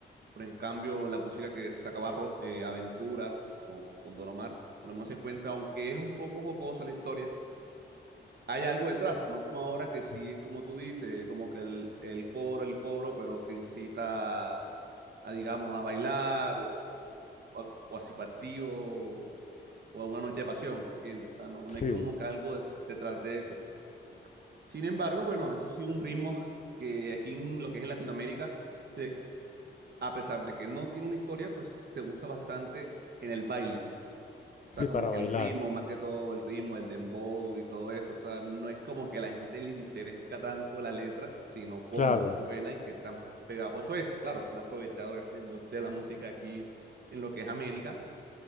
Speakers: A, on the right; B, on the left.
A: Pero en cambio, la música que sacaba Ro- eh, Aventura con, con Don Omar, por lo menos se encuentra, aunque es un poco jocosa la historia, hay algo detrás, no como ahora que sí,
B: Eh,
A: como tú dices, como que el, el coro, el cobro, pero que incita a, digamos, a bailar o, o a, o a psicoactivo o a una noche de pasión, ¿entiendes? O sea, no,
B: Sí,
A: no hay como que algo de- detrás de eso. Sin embargo, bueno, eso sí un ritmo que aquí en lo que es en Latinoamérica, se- a pesar de que no tiene una historia, pues se usa bastante en el baile.
B: sí,
A: O sea, como
B: para
A: que
B: bailar,
A: el ritmo, más que todo el ritmo, el dembow y todo eso. O sea, no es como que a la gente le interesa tanto la letra, sino cómo
B: claro.
A: suena y qué tan pegajoso es. Claro, se han aprovechado de la industria de la música aquí en lo que es América.